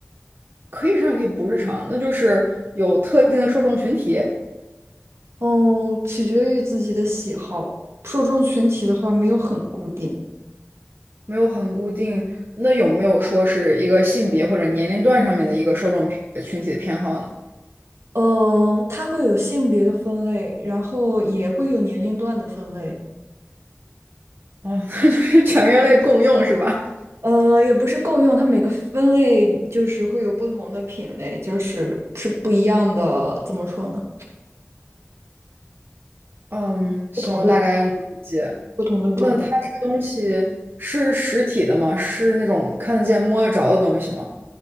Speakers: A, on the right; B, on the right.
A: 可以日常也可以不日常，那就是有特定的受众群体，
B: 哦，取决于自己的喜好，受众群体的话没有很固定。
A: 没有很固定。那有没有说是一个性别或者年龄段上面的一个受众偏呃群体的偏好呢？
B: 呃，它会有性别的分类，然后也会有年龄段的分类。
A: 哦，<laughs> 那就是全人类共用是吧？
B: 呃，也不是共用，它每个分类就是会有不同的品类，就是是不一样的，怎么说呢？
A: 嗯，行，
B: 不同的
A: 我大概能理解。
B: 不同的种类。
A: 那它这个东西是实体的吗？是那种看得见、摸得着的东西吗？